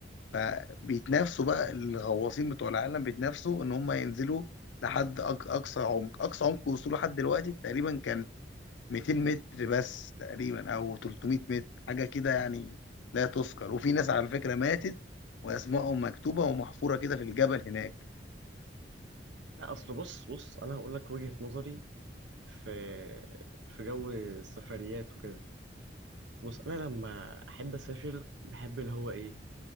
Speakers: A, on the left; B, on the right.
A: فبيتنافسوا بقى الغواصين بتوع العالم بيتنافسوا ان هم ينزلوا لحد أق- اقصى عمق اقصى عمق وصوله لحد دلوقتي تقريبا كان 200 متر بس تقريبا او 300 متر حاجه كده يعني لا تذكر وفي ناس على فكره ماتت واسمائهم مكتوبه ومحفوره كده في الجبل هناك
B: لا اصل بص بص انا هقول لك وجهة نظري في في جو السفريات وكده بص انا لما احب اسافر بحب اللي هو ايه